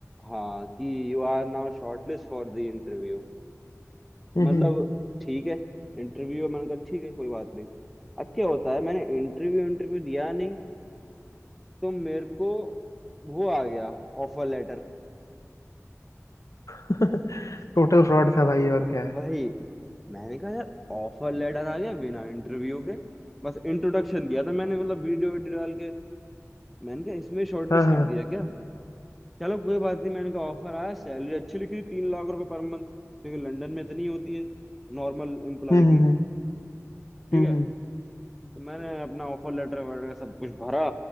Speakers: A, in the centre; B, on the left.
A: हाँ कि you are now shortlist for the interview
B: हम्म
A: मतलब
B: हम्म
A: ठीक है इंटरव्यू मैंने कहा ठीक है कोई बात नहीं अब क्या होता है मैंने इंटरव्यू इंटरव्यू दिया नहीं तो मेरे को वो आ गया ऑफर लेटर
B: <laughs> टोटल फ्रॉड था
A: वही
B: भाई और क्या है
A: मैंने कहा यार ऑफर लेटर आ गया बिना इंटरव्यू के बस इंट्रोडक्शन दिया था मैंने मतलब वीडियो वीडियो डाल के मैंने कहा इसमें शॉर्टलिस्ट
B: हाँ हाँ
A: कर दिया क्या चलो कोई बात नहीं मैंने कहा ऑफर आया सैलरी अच्छी लिखी थी तीन लाख रुपए पर मंथ क्योंकि लंदन में इतनी होती है नॉर्मल एम्प्लॉय
B: हम्म
A: की
B: हम्म
A: ठीक
B: हम्म
A: है तो मैंने अपना ऑफर लेटर वगैरह सब कुछ भरा